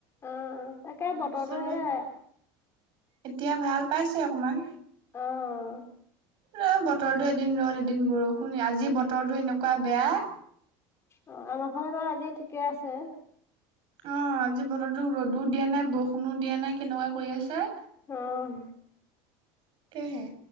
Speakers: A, on the left (about 25°); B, on the right (about 50°).
A: অ', তাকে
B: তাৰপিছত
A: বতৰটো সেয়াই-
B: এতিয়া ভাল পাইছে অকমান।
A: অঁ
B: এ বতৰটো এদিন ৰ'দ এদিন বৰষুণ আজি বতৰটো এনেকুৱা বেয়া।
A: অ আমাৰ ফালে বাৰু আজি ঠিকে আছে।
B: অঁ আজি বতৰটোক ৰ'দো দিয়া নাই বৰষুণো দিয়া নাই কেনেকুৱা কৰি আছে।
A: অঁ
B: তাকেহে